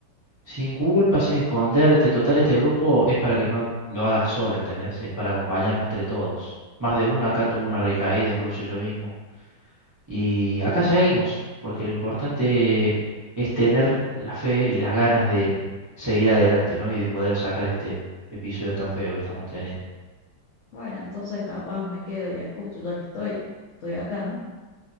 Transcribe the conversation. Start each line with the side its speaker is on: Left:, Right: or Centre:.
Right: Sin culpa, sin esconderte. Total, este grupo es para que no lo hagas sola, ¿entendés? Es para acompañarnos entre todos. Más de uno acá tuvo una recaída, incluso yo mismo. Y acá seguimos, porque lo importante es tener la fe y las ganas de seguir adelante, ¿no? Y de poder sacar este episodio tan feo que estamos teniendo.
Left: Bueno, entonces capaz me quedo y escucho, ya que estoy, estoy acá, ¿no?